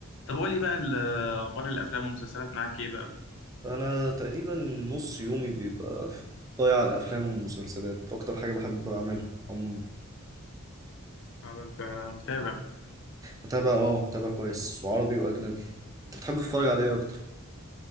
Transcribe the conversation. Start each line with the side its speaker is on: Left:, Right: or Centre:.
Left: طب قولي بقى ال- اخبار الافلام والمسلسلات معاك ايه بقى
Right: انا تقريبا نص يومي بيبقى في- ضايع على الافلام والمسلسلات اكتر حاجه بحب اعملها عموما
Left: انا انت متابع بقى
Right: متابع اه متابع كويس وعربي واجنبي انت بتحب تتفرج على ايه اكتر